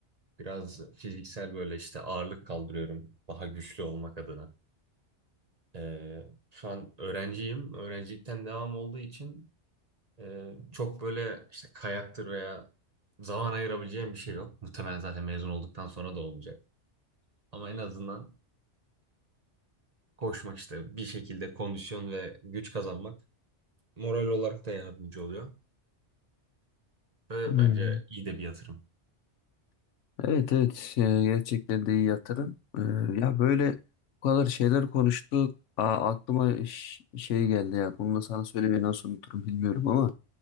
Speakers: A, on the right (about 35°); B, on the left (about 85°).
A: Biraz fiziksel böyle işte ağırlık kaldırıyorum. Daha güçlü olmak adına. Ee, şu an öğrenciyim. Öğrencilikten devam olduğu için e, çok böyle işte kayaktır veya zaman ayırabileceğim bir şey yok. Muhtemelen zaten mezun olduktan sonra da olmayacak. Ama en azından koşmak işte bir şekilde kondisyon ve güç kazanmak moral olarak da yardımcı oluyor. Ve
B: Hmm.
A: bence iyi de bir yatırım.
B: Evet evet e, gerçekten de iyi yatırım. E, ya böyle bu kadar şeyler konuştuk. Aa, aklıma ş- şey geldi ya. Bunu da sana söylemeyi nasıl unuturum bilmiyorum ama.